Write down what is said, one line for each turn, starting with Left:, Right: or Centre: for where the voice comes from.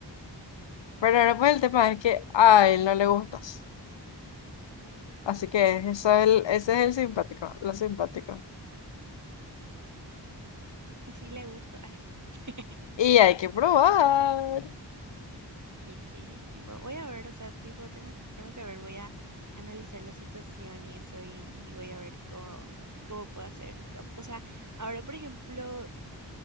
Left: pero ahora pues el tema es que a él no le gustas. Así que eso es el, ese es el simpático, lo simpático.
Right: Y sí le gusto, <laughs>
Left: Y hay que probar.
Right: y sí, tipo, voy a ver, o sea, tipo, tengo, tengo que ver, voy a analizar la situación y eso, y, y voy a ver cómo, cómo puedo hacer. cap- O sea, ahora, por ejemplo,